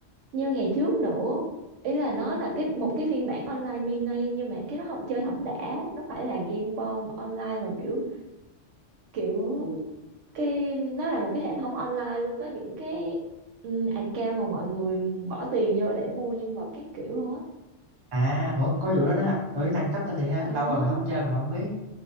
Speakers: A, on the right (about 85°); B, on the right (about 30°).
A: như ngày trước nữa ý là nó là cái một cái phiên bản online mini nhưng mà cái đó không chơi hỏng đã nó phải là game bom online mà kiểu kiểu cái nó là một cái hệ thống online luôn có những cái um, account mà mọi người bỏ tiền vô để mua nhân vật các kiểu luôn á
B: à ủa có vụ đó đó hả ừ nâng cấp tên liền ha
A: có
B: lâu rồi mình không chơi mình không biết